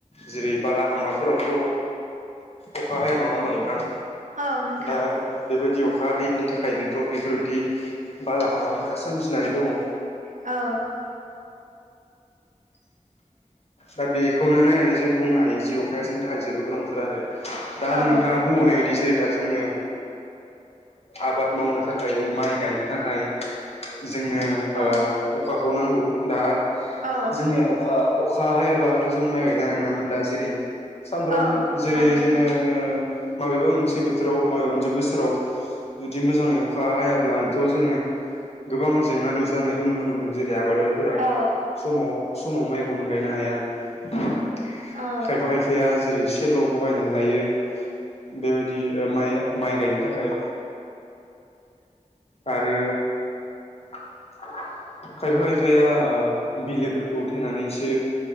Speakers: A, on the left (about 50°); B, on the right (about 70°).
A: जेरै बालाहामाफोरावथ' अखा हाया नङा होमबा नोंथां
B: औ नोंथां
A: दा बेबायदि अखा हायैनि थाखायनोथ' बेफोरबायदि बाला हामाफोरा सोमजिनानै दङ
B: औ
A: दा बेखौनो नायनानै जों बुंनो हायो जि अखाजोंनि थाखाय जोबोद गोनांथार आरो दा आरो
B: औ
A: नोंथाङा बुंबावनाय बायदि जेरै दा जोङो आबाद मावनो थाखाय माइ गायनो थाखाय जोंनो
B: औ
A: अखाखौ नांगौ दा
B: औ
A: जोंनिया अखा अखा खा हायाबाथ' जों माइ गायनो हानाय नोङामोन दा जेरै सामफ्राम
B: औ
A: जेरै
B: औ नोंथां
A: जोङो माबेबा मोनसे बोथोराव माबा मोनसे बोसोराव जुदि मोजाङै अखा हायाब्लानोथ' जोङो गोबां जेंना नुजानायखौ नुनो मोनो जेरै आबादारि फोरा
B: औ औ
A: समाव समाव मायखौनो गायनो हाया खायफा
B: औ
A: खायफाया जेरै एसेल' बहायनानै लायो बेबायदि माइ माइ गायनो थाखाय आरो खायफा खायफाया ओ बिलोफोरखौ थेनानैसो